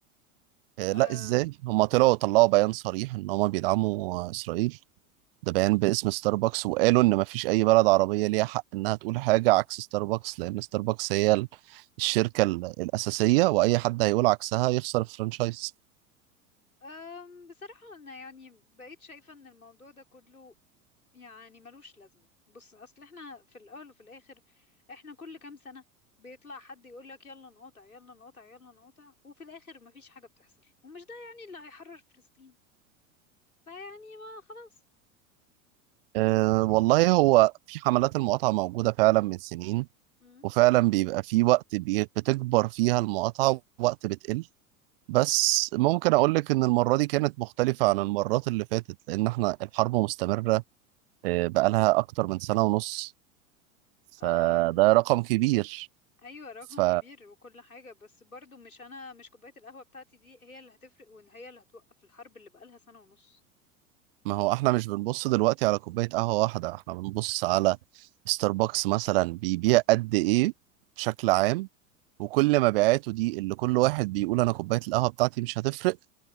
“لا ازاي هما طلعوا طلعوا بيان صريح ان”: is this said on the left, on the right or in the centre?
Right